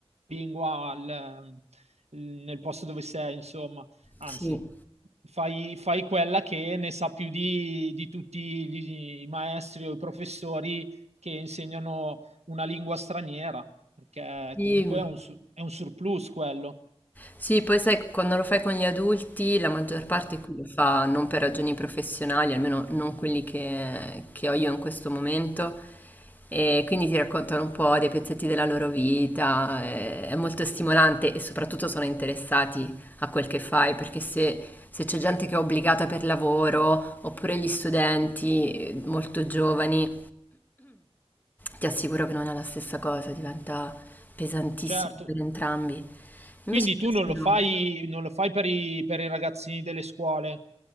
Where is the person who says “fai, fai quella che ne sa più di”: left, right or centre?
Right